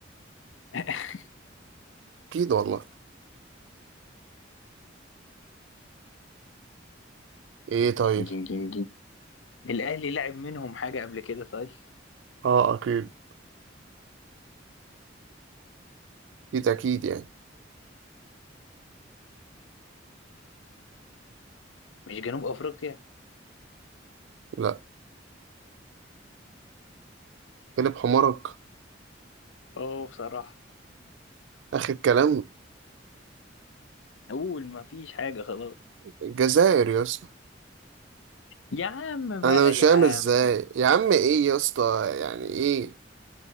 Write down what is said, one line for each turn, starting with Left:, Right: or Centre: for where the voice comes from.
Left: <laughs>
Right: أكيد والله إيه طيب
Left: جين جين جين الأهلي لعب منهم حاجة قبل كده طيب
Right: أه أكيد أكيد أكيد يعني
Left: مش جنوب أفريقيا
Right: لا قلب حمارك
Left: أوه بصراحة
Right: آخر كلام
Left: أقول ما فيش حاجة خلاص
Right: الجزائر يا اسطى
Left: يا عم بقى
Right: أنا مش
Left: يا
Right: فاهم
Left: عم
Right: إزاي يا عم إيه يا اسطى يعني إيه